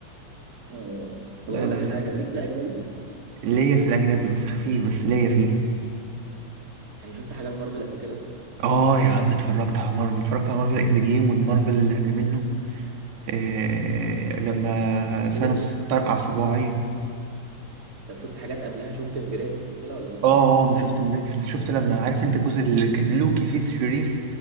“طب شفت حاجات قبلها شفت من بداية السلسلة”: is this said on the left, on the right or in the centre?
Right